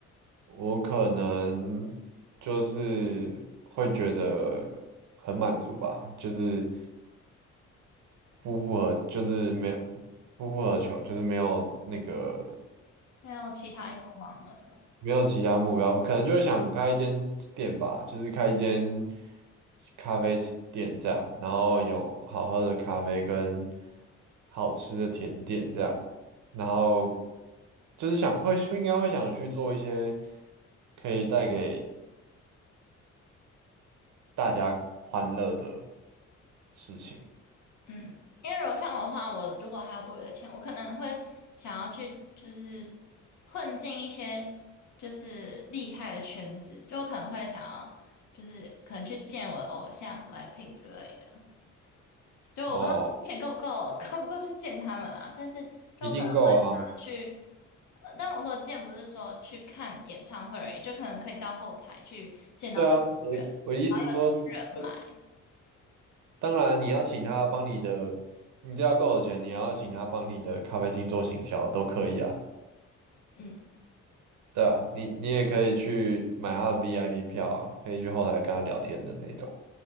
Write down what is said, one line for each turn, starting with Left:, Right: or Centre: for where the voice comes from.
Right: 我可能就是会觉得很满足吧，就是夫复何，就是没有夫复何求，就是没有那个
Left: 没有其他愿望了？是吗？
Right: 没有其他目标，可能就是想开一间店吧，就是开一间咖啡店这样，然后有好喝的咖啡跟好吃的甜点这样，然后就是想会应该会想去做一些可以带给大家欢乐的事情
Left: 嗯，因为如果像我的话，我如果还有多余的钱，我可能会想要去就是混进一些就是厉害的圈子，就我可能会想要就是可能去见我的偶像 BLACKPINK 之类的。就我不知道钱够不够，
Right: 哦，
Left: <laughs> 够不够去见他们啦，但是就可能会想要去。
Right: 一定够啊，
Left: 呃但我说的见不是说去看演唱会而已，就可能可以到后台去见到这些人，
Right: 对啊，我我的意思是说，
Left: 然后有这些人脉。
Right: 当然你要请他帮你的，你只要够有钱，你要请他帮你的咖啡厅做行销都可以啊。
Left: 嗯
Right: 对啊，你你也可以去买他的 VIP 票啊，可以去后台跟他聊天的那种。